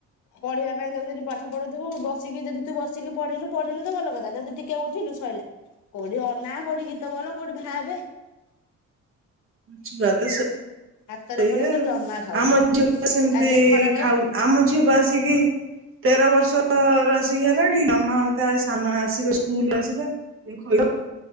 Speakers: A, on the left; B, on the right.
A: ପଢିବା ପାଇଁ ତାକୁ ଯଦି ପାଠ ପଢ଼ଉଥିବୁ ବସିକି ଯଦି ତୁ ବସିକି ପଢ଼ିଲୁ ପଢ଼ିଲୁ ତ ଭଲ କଥା ଯଦି ଟିକେ ଉ ଦେଖିଲୁ ଶଇଲା କୋଉଠି ଅନା କୋଉଠି ଗୀତ ଭଲ କୋଉଠି ଭାବେ।
B: ଛୁ ବା ତ <unintelligible> ସେଇଆ
A: ହାତରେ ଏପର୍ଯ୍ୟନ୍ତ
B: ଆଉ
A: ଜମା ଖାଉନି
B: ଆମ ଝିଅ ସେମିତି
A: ଆଜି ଏଇ ଖରା ବେଳେ
B: ଖାଉନି। ଆମ ଝିଅ ବା ଆସିକି ତେର ବର୍ଷ ର ଆସିକି ହେଲାଣି ମାମା ହ ଇ ତା ସାନ ଆସିବେ ସ୍କୁଲ ଆସିବେ ଖୋଇବେ